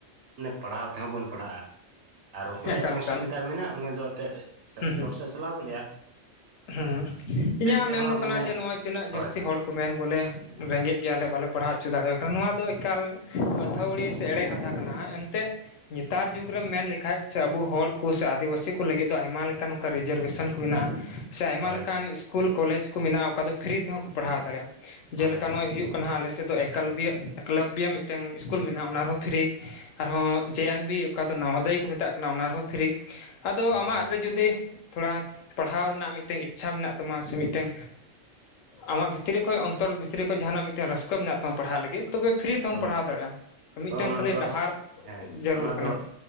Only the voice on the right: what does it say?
ᱢᱟᱱᱮ ᱯᱟᱲᱦᱟᱣ ᱛᱮᱦᱚᱸ ᱵᱚᱱ ᱯᱟᱲᱦᱟᱜ-ᱟ ᱾ ᱟᱨ ᱚᱠᱚᱭᱟᱜ
ᱪᱚᱝ
ᱥᱩᱵᱤᱫᱷᱟ ᱢᱮᱱᱟᱜ ᱩᱱᱤ ᱫᱚ ᱮᱛᱮᱜ
ᱪᱚᱴ ᱥᱮᱜ ᱮ ᱪᱟᱞᱟᱣ ᱫᱟᱹᱲᱤᱜ-ᱟ ᱾
ᱛᱮᱦᱚᱸ
ᱢᱟᱱᱮ
ᱦᱳᱭ
ᱦᱳᱭ
ᱦᱳᱭ
ᱦᱳᱭ
ᱦᱳᱭ
ᱦᱳᱭ
ᱦᱳᱭ
ᱦᱚᱸ ᱚᱱᱟ
ᱫᱚ
ᱦᱮᱸ
ᱚᱱᱟ ᱫᱚ